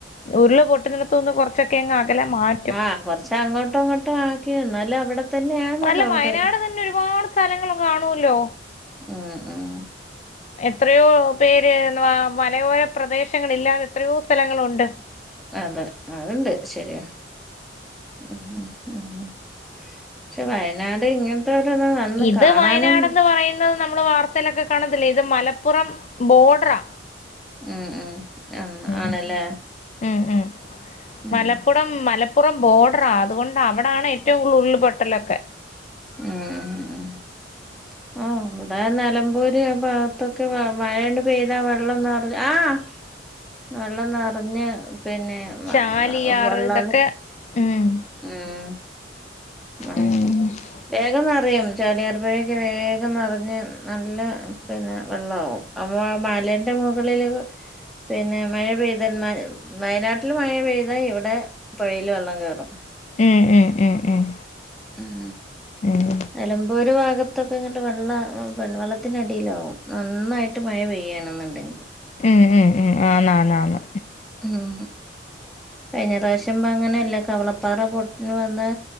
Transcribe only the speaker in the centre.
ആഹ് കൊറച്ച് അങ്ങോട്ടും ഇങ്ങോട്ടും ആക്കി എന്നാല് അവിടെ തന്നെയാണല്ലോ
അവര്
ഉം ഉം
അതെ അതുണ്ട് ശരിയാ ഉം ഉം പക്ഷെ വയനാട് ഇങ്ങെ നത്തെ വന്ന്
കാണാനും
ഉം ഉം ആഹ് ആണല്ലേ
ഉം
ഉം ഉം ഉം ആഹ് അവിടെ നിലമ്പൂര് ഭാഗത്തൊക്കെ മഴണ്ട് പെയ്താ വെള്ളം നിറഞ്ഞ ആഹ് വെള്ളം നിറഞ്ഞ് പിന്നെ
വെള്ളല്
ഉം മഴ
വേഗം നിറിയും ചാലിയർ പുഴയൊക്കെ വേഗം നിറഞ്ഞ് നല്ല പിന്നെ വെള്ളമാക്കും അപ്പോ മാലെന്റെ മുകളില് പിന്നെ മഴ പെയ്താൽ മ വയനാട്ടിൽ മഴ പെയ്താ ഇവിടെ പുഴയില് വെള്ളം കയറും
ഉം
നിലമ്പൂർ ഭാഗത്തൊക്കെ ഇങ്ങോട്ട് വെള്ള വെള്ളത്തിനടിയിലാവും നന്നായിട്ട് മഴ പെയ്യുവാണെന്നുണ്ടെങ്കിൽ
ഉം കഴിഞ്ഞ പ്രാവശ്യം അങ്ങനെയല്ലെ കവളപ്പാറ പൊട്ടി വന്ന